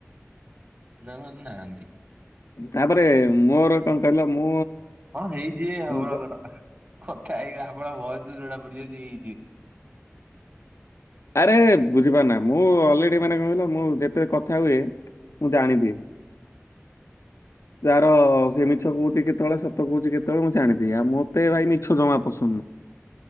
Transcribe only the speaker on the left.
ତାପରେ ମୋର କଣ କହିଲ ମୁଁ?
ଜ-
ଆରେ ବୁଝିପାରୁନା ମୁଁ ଅଲରେଡି ମାନେ କହିଲ ମୁଁ ଯେତଳେ କଥା ହୁଏ। ମୁଁ ଜାଣିଦିଏ।
ଯାର ସେ ମିଛ କହୁଛି କେତଳେ ସତ କହୁଛି କେତଳେ ମୁଁ ଜାଣିଦିଏ ଆଉ ମତେ ଭାଇ ମିଛ ଜମା ପସନ୍ଦ